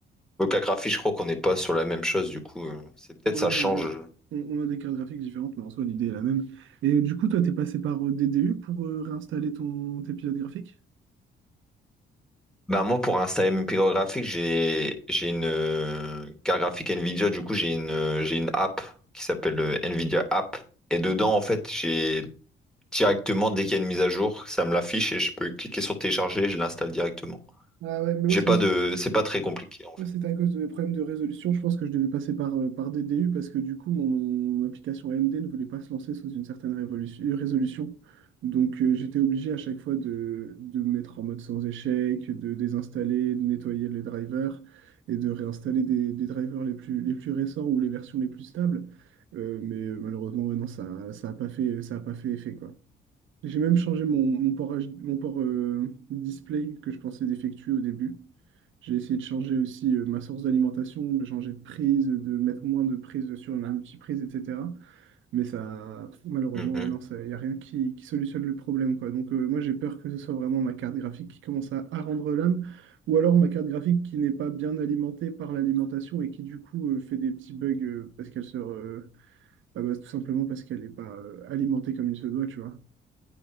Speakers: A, in the centre; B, on the right (about 80°).
A: Donc la graphie, je crois qu'on n'est pas sur la même chose, du coup, euh, c'est peut-être
B: Ouais,
A: ça
B: non,
A: change.
B: on, on- on a des cartes graphiques différentes, mais en soi, l'idée est la même. Et du coup, toi, t'es passé par euh, DDU pour euh, réinstaller ton, tes pilotes graphiques?
A: Ben moi, pour installer mes picots graphiques, j'ai j'ai une euh, carte graphique Nvidia. Du coup, j'ai une euh, j'ai une app qui s'appelle euh, Nvidia App. Et dedans, en fait, j'ai directement dès qu'il y a une mise à jour, ça me l'affiche et je peux cliquer sur télécharger. et Je l'installe directement.
B: Ah ouais, mais moi,
A: J'ai
B: c'est
A: pas
B: parce
A: de,
B: que
A: c'est pas très compliqué en fait.
B: Moi, c'était à cause de mes problèmes de résolution. Je pense que je devais passer par, euh, par DDU parce que du coup, mon, mon application AMD ne voulait pas se lancer sous une certaine révolution- euh, résolution. Donc, euh, j'étais obligé à chaque fois de, de me mettre en mode sans échec, de désinstaller, de nettoyer les drivers et de réinstaller des, des drivers les plus, les plus récents ou les versions les plus stables. Euh, mais euh, malheureusement, ouais, non, ça, ça a pas fait, ça a pas fait effet, quoi. J'ai même changé mon, mon port, H- mon port euh, display que je pensais défectueux au début. J'ai essayé de changer aussi euh, ma source d'alimentation, de changer de prise, de mettre moins de prise sur une petite multiprise, etc. Mais ça, malheureusement,
A: Mhm.
B: ouais, non, il n'y a rien qui, qui solutionne le problème, quoi. Donc, euh, moi, j'ai peur que ce soit vraiment ma carte graphique qui commence à, à rendre l'âme, ou alors ma carte graphique qui n'est pas bien alimentée par l'alimentation et qui, du coup, euh, fait des petits bugs euh, parce qu'elle se. re- bah, bah, tout simplement parce qu'elle n'est pas euh, alimentée comme il se doit, tu vois.